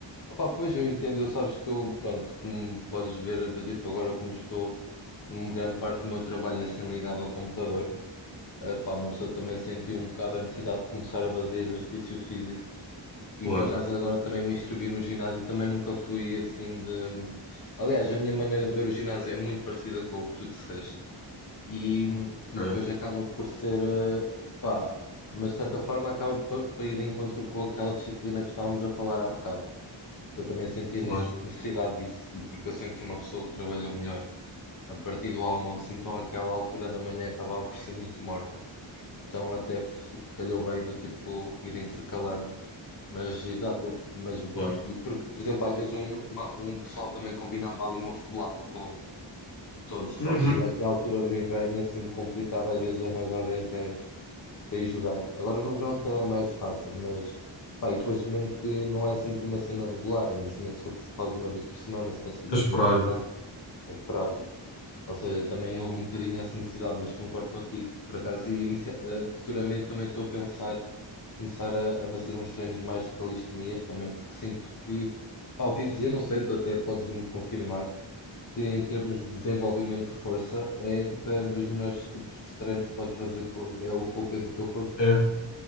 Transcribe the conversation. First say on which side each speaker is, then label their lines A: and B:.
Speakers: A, on the left; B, on the left.
A: Opá, pois eu entendo, eu sabes que eu, pronto, como podes ver do tipo agora como estou, uma grande parte do meu trabalho é assim ligado ao computador. Ah, pá, uma pessoa também sentiu um bocado a necessidade de começar a fazer exercício físico. E
B: claro,
A: por acaso agora também me inscrevi no ginásio e também nunca fui assim de. Aliás, a minha maneira de ver o ginásio é muito parecida com o que tu disseste. E, e
B: é,
A: depois acaba por ser, eh, pá, mas de certa forma acaba por, por ir de encontro com aquela disciplina que estávamos a falar há bocado. Eu também sentia
B: claro,
A: nice- necessidade disso e porque eu sempre fui uma pessoa que trabalhou melhor a partir do almoço, então aquela altura da manhã acabava por ser muito morta. Então até fi- calhou bem do tipo ir intercalando. Mas, exato, eu, mas,
B: claro.
A: e porque, por exemplo, às vezes um, uma- um pessoal também combinava ali uma futebolada com todos, só
B: Uhum.
A: que chega aqui à altura do inverno e é sempre complicado às vezes arranjar 10 gajos para ir jogar. Agora no verão se calhar é mais fácil, mas, pá, e depois mesmo que não é sempre uma cena regular, é uma cena que só faz uma vez por semana, se conseguires
B: É esperar.
A: encontrar, é esperável. Ou seja, também houve um bocadinho essa necessidade, mas concordo contigo. Por acaso, e inicia- eh, futuramente também estou a pensar começar a, a fazer uns treinos mais de calistenia também, porque sinto que, pá, ouvi dizer, não sei, tu até podes me confirmar, que em termos de desenvolvimento de força é tipo é dos melhores tipos de treinos que podes fazer com, é o, com o peso do teu corpo.
B: É, é.